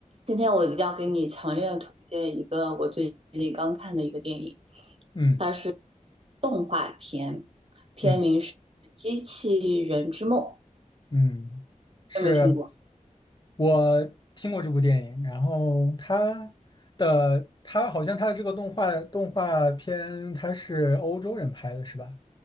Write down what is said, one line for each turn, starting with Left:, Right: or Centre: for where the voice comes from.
Right: 今天我要给你强烈的推荐一个我最近刚看的一个电影，
Left: 嗯
Right: 它是动画片，片名是《机器人之梦》，
Left: 嗯嗯，是
Right: 有没有听过？
Left: 我听过这部电影，然后他的他好像他的这个动画动画片，他是欧洲人拍的，是吧？